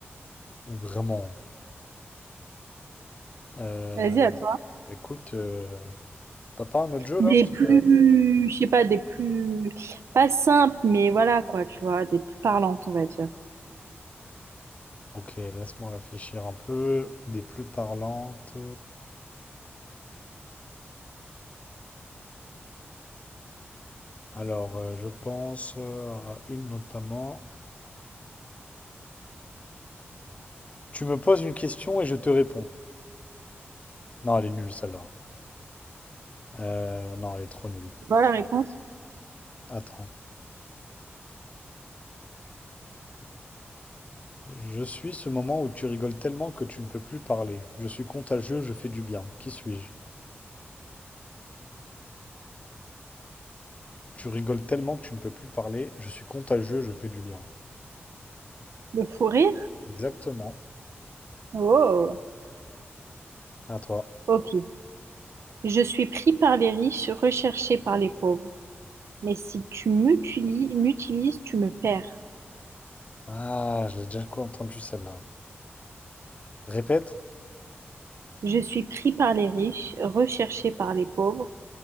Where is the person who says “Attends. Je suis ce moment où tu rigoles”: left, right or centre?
Left